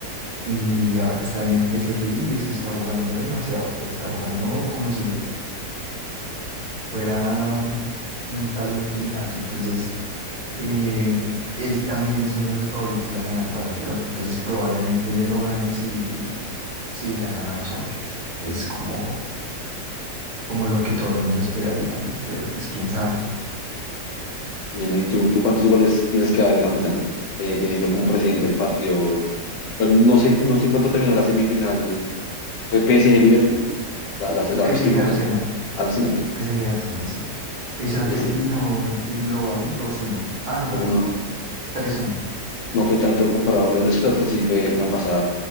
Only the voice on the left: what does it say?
Bueno, ¿y tú, tú cuántos goles piensas que va a haber en la final? Eh, teniendo como presidente el partido. Bueno, no sé, no sé en cuánto terminó la semifinal. ¿Fue PSG Liverpool? La, la, la
otra
semifinal,
Arsenal.
Y
ese,
bueno, no,
no fue tanto comparado con el, es que el otro sí fue una pasada.